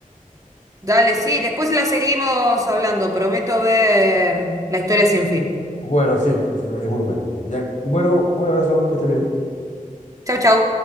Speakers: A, on the right; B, on the left.
A: Dale, sí, después la seguimos hablando. Prometo ver la historia sin fin.
B: Bueno, sí, sí, es muy bueno. Ya, bueno, un abrazo, que estés bien.
A: Chau, chau.